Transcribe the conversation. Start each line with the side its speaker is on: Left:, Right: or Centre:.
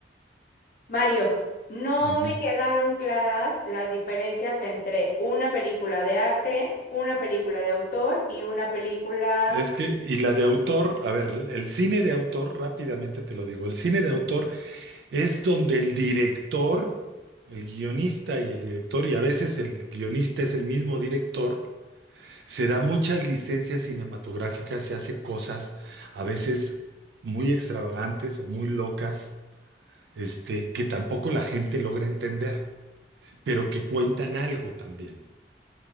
Left: Mario, no
Right: Ujú.
Left: me quedaron claras las diferencias entre una película de arte, una película de autor y una película...
Right: Es que, y la de autor, a ver, el cine de autor, rápidamente te lo digo, el cine de autor Es donde el director, el guionista y el director, y a veces el guionista es el mismo director, se da muchas licencias cinematográficas, se hace cosas a veces muy extravagantes o muy locas, este, que tampoco la gente logra entender, pero que cuentan algo también.